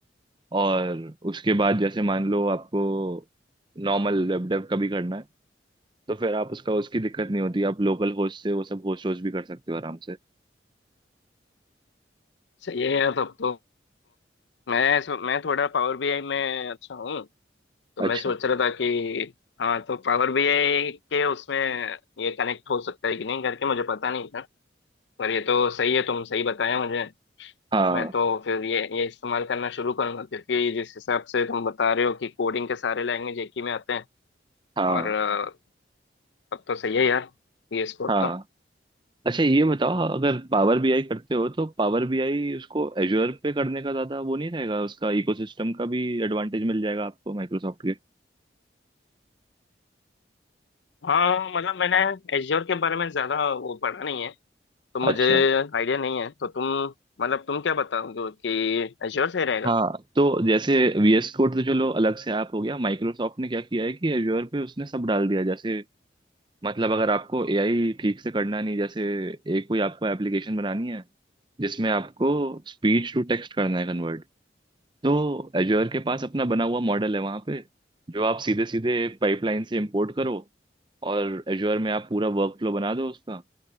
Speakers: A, on the right; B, on the left.
A: और उसके बाद जैसे मान लो आपको नॉर्मल वेब डेव का भी करना है तो फिर आप उसका उसकी दिक्कत नहीं होती आप लोकल होस्ट से वो सब होस्ट होस्ट भी कर सकते हो आराम से
B: सही है यार तब तो मैं सो, मैं थोड़ा पावर बीआई में अच्छा हूँ तो मैं
A: अच्छा
B: सोच रहा था कि हाँ तो पावर बीआई के उसमें ये कनेक्ट हो सकता है कि नहीं करके मुझे पता नहीं था पर ये तो सही है तुम सही बताया मुझे
A: हाँ
B: मैं तो फिर ये ये इस्तेमाल करना शुरू करूंगा क्योंकि जिस हिसाब से तुम बता रहे हो कि कोडिंग के सारे लैंग्वेज एक ही में आते हैं
A: हाँ
B: और अ, तब तो सही है यार ये स्कोप
A: हाँ
B: तो
A: अच्छा ये बताओ अगर पावर बीआई करते हो तो पावर बीआई उसको एजोर पे करने का ज्यादा वो नहीं रहेगा उसका इकोसिस्टम का भी एडवांटेज मिल जाएगा आपको माइक्रोसॉफ्ट के
B: हाँ मतलब मैंने एज्योर के बारे में ज्यादा वो पढ़ा नहीं है तो मुझे
A: अच्छा
B: आइडिया नहीं है तो तुम मतलब तुम क्या बताओगे कि एश्योर सही रहेगा
A: हाँ तो जैसे वीएस कोड तो चलो अलग से ऐप हो गया माइक्रोसॉफ्ट ने क्या किया है कि एजोर पे उसने सब डाल दिया जैसे मतलब अगर आपको एआई ठीक से करना नहीं जैसे एक कोई आपको एप्लीकेशन बनानी है जिसमें आपको स्पीच टू टेक्स्ट करना है कन्वर्ट तो एज्योर के पास अपना बना हुआ मॉडल है वहां पे जो आप सीधे सीधे पाइपलाइन से इंपोर्ट करो और एज्योर में आप पूरा वर्क फ्लो बना दो उसका